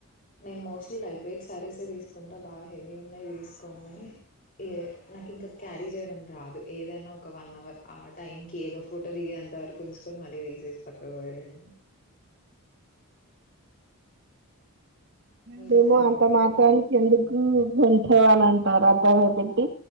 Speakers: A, on the left; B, on the right.
A: నేను మోస్ట్లీ లైట్ వెయిట్ శారీసే తీసుకుంటా బాగా హెవీ ఉన్నాయి తీసుకోను ఏ నాకు ఇంకా క్యారీ చేయడం రాదు ఏదైనా ఒక వన్ అవర్ ఆ టైం కి ఏదో ఫోటో దిగెంత అంత వరకు ఉంచుకొని మళ్ళీ తీసేసి పక్కకు పడేడం
B: దేేమ
A: మీరు సేమా?
B: అంత మాత్ర అ ఎందుకు ఉంట అని అంటారు అ ద <unintelligible> పెట్టి